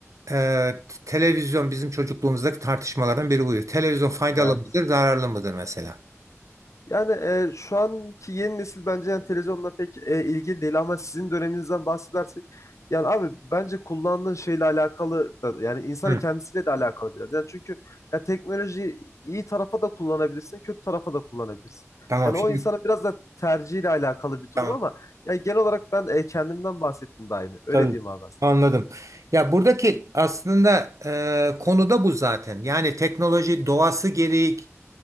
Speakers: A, on the right; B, on the left.
A: Eee, televizyon bizim çocukluğumuzdaki tartışmalardan biri buydu. Televizyon faydalı
B: Evet.
A: mıdır, zararlı mıdır mesela?
B: Yani e, şu anki yeni nesil bence yani televizyonla pek e, ilgili değil ama sizin döneminizden bahsedersek yani abi bence kullandığın şeyle alakalı da- yani insanın
A: Hı.
B: kendisiyle de alakalı biraz. Yani çünkü ya teknoloji iyi tarafa da kullanabilirsin, kötü tarafa da kullanabilirsin.
A: Tamam
B: Yani
A: şimdi
B: o insanın biraz da tercihiyle alakalı bir durum
A: tamam
B: ama yani genel olarak ben e, kendimden bahsettim de aynı. Öyle
A: tabii
B: diyeyim abi ben.
A: anladım. Ya buradaki aslında e, konu da bu zaten. Yani teknoloji doğası gereği